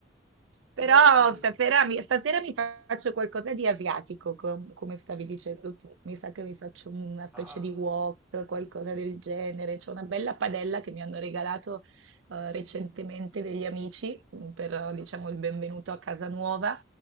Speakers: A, on the right; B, in the centre.
A: Però
B: Però sì,
A: stasera mi, stasera mi faccio qualcosa di asiatico, com- come stavi dicendo tu. Mi sa che mi faccio una specie
B: ah,
A: di wok, qualcosa del genere. C'è una bella padella che mi hanno regalato eh, recentemente degli amici mm, per, eh, diciamo, il benvenuto a casa nuova.